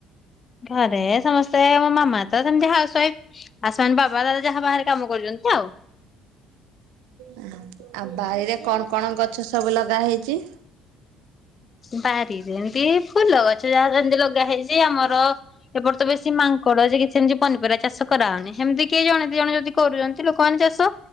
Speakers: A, on the left; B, on the right.
A: ଘରେ ସମସ୍ତେ ମୋ ମାମା ତ ସେମତି ହାଉସ୍ ୱାଇଫ। ଆଉ ସେମାନେ ବାବା ଦାଦା ଯାହା ବାହାରେ କାମ କରୁଛନ୍ତି ଆଉ।
B: ଅ ହଁ। ଆଉ ବାଇରେ ରେ କଣ କଣ ଗଛ ସବୁ ଲଗା ହେଇଚି?
A: ବାରିରେ ଏମତି ଫୁଲ ଗଛ ଯାହା ଯେମିତି ଲଗା ହେଇଚି ଆମର ଏପଟେ ତ ବେଶୀ ମାଙ୍କଡ ଯେ କିଛି ହେମିତି ପନିପରିବା ଚାଷ କରାହଉନି। ହେମତି କିଏ ଜଣେ ଦି ଜଣ ଯଦି କରୁଛନ୍ତି ଲୋକମାନେ ଚାଷ,